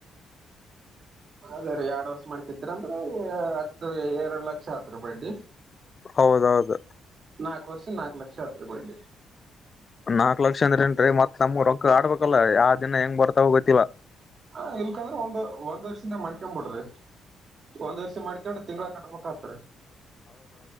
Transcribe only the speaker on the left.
ಹೌದೌದು
ನಾಕಕ್ ಲಕ್ಷ ಅಂದ್ರೇಏನ್ ಮತ್ ನಮ್ ರೊಕ್ಕಆಡ್ಬೇಕಲ್ಲ ಯಾವ ದಿನ ಹೆಂಗ್ ಬರ್ತಾವ ಗೊತ್ತಿಲ್ಲಾ